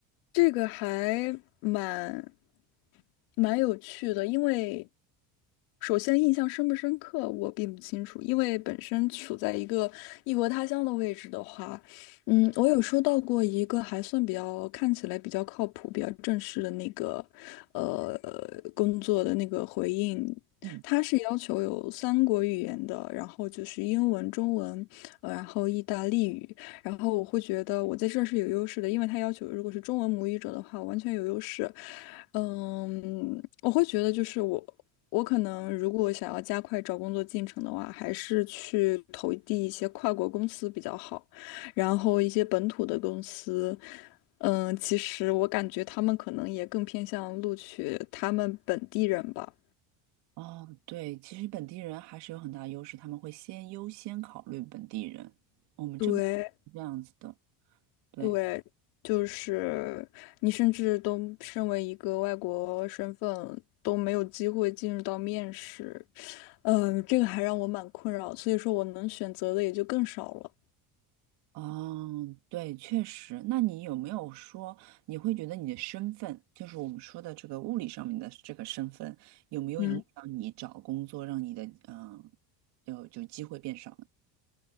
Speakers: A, on the left; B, on the right.
A: 这个还蛮蛮有趣的，因为首先印象深不深刻我并不清楚，因为本身处在一个异国他乡的位置的话，嗯，我有收到过一个还算比较看起来比较靠谱、比较正式的那个呃工作的那个回应，
B: 嗯。
A: 他是要求有三国语言的，然后就是英文、中文，呃，然后意大利语。然后我会觉得我在这儿是有优势的，因为他要求如果是中文母语者的话，我完全有优势。嗯，我会觉得就是我，我可能如果想要加快找工作进程的话，还是去投递一些跨国公司比较好，然后一些本土的公司。嗯，其实我感觉他们可能也更偏向录取他们本地人吧。
B: 哦，对，其实本地人还是有很大优势，他们会先优先考虑本地人。我们这边是这样子的，
A: 对，
B: 对，
A: 对，就是你甚至都身为一个外国身份都没有机会进入到面试，嗯，这个还让我蛮困扰，所以说我能选择的也就更少了。
B: 哦，对，确实。那你有没有说，你会觉得你的身份，就是我们说的这个物理上面的这个身份，有没有影响你找工作，
A: 嗯，
B: 让你的嗯，有就机会变少呢？